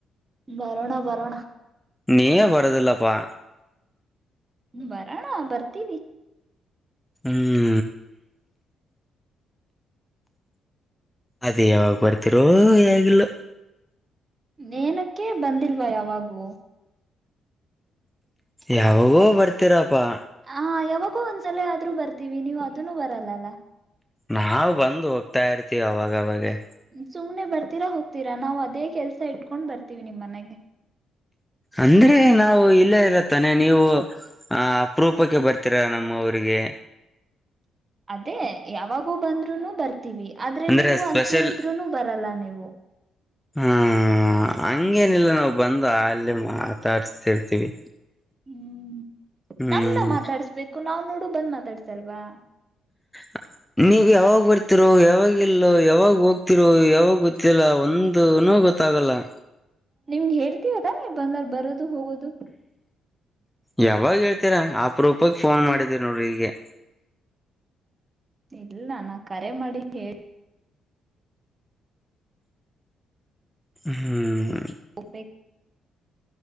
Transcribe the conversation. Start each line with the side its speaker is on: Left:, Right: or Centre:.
Right: ಬರೋಣ ಬರೋಣ
Centre: ನೀವೇ ಹೋಡದಿಲ್ಲಪ್ಪಾ
Right: ಬರೋಣ ಬರ್ತೀವಿ
Centre: ಹ್ಮ್ಂ ಅದೇ ಯಾವಾಗ ಬರ್ತಿರೋ ಎನಿಲ್ಲೊ
Right: ಎನಕ್ಕೆ ಬಂದಿಲ್ವಾ ಯಾವಾಗು
Centre: ಯಾವಾಗೊ ಬರ್ತೀರಪಾ
Right: ಹ ಯಾವಾಗೋ ಒಂದ್ಸಲ ಆದ್ರೂ ಬರ್ತೀವಿ ನೀವು ಅದನ್ನು ಬರಲ್ಲ ಅಲ್ಲಾ
Centre: ನಾವ್ ಬಂದು ಹೋಗ್ತಾ ಇರ್ತೀವಿ ಅವಾಗವಾಗ
Right: ಸುಮ್ನೆ ಬರ್ತೀರಾ ಹೋಗ್ತೀರಾ ಅದೇ ಕೆಲಸ ಇಟ್ಕೊಂಡ್ ಬರ್ತೀವಿ ನಿಮ್ಮ ಮನೆಗೆ
Centre: ಅಂದ್ರೆ ನಾವು ಇಲ್ಲೇ ಇರುತ್ತಾನೆ ನೀವು ಆ ಅಪರೂಪಕ್ಕೆ ಬರ್ತೀರಾ ನಮ್ಮುರಿಗೆ
Right: ಅದೇ ಯಾವಾಗೂ ಬಂದ್ರುನು ಬರ್ತೀವಿ ಆದ್ರೆ
Centre: ಅಂದ್ರೆ
Right: ನೀವು
Centre: ಸ್ಪೆಷಲ್
Right: ಅಲ್ಲೇ ಇದ್ರುನು ಬರಲ್ಲಾ ನೀವು
Centre: ಹಾ ಹಂಗೇನಿಲ್ಲ ನಾವು ಬಂದು ಅಲ್ಲೇ ಮಾತಾಡಸ್ತ ಇರ್ತೀವಿ
Right: ಹ್ಮ್
Centre: ಹ್ಮ್
Right: ನಮ್ನ ಮಾತಾಡ್ಸ್ಬೇಕು ನಾವ್ ನೋಡು ಬಂದ್ ಮಾತಾಡ್ಸಲ್ವಾ
Centre: <inaudible> ನೀವ ಯಾವಾಗ್ ಬರ್ತಿರೋ ಯಾವಾಗಲ್ ಇಲೋ ಯಾವಾಗ್ ಹೋಗ್ತಿರೋ ಯಾವಾಗ್ ಗೊತ್ತಿಲ್ಲಾ ಒಂದು ಗೊತ್ತ ಗೊತ್ತಾಗಲ್ಲಾ
Right: ನಿಮ್ಗೆ ಹೆಂಡ್ತಿದಾನೆ ಬಂದಾರ್ ಬರೋದು ಹೋಗೋದು
Centre: ಯಾವಾಗ ಹೇಳ್ತೀರಾ ಅಪರೂಪಕ ಫೋನ್ ಮಾಡಿದೀರಿ ನೋಡ್ರಿ ಈಗೆ
Right: ಇಲ್ಲ ನಾ ಕರೆ ಮಾಡಿ ಹೇಳ
Centre: ಹ್ಮ್
Right: ಉಪೇ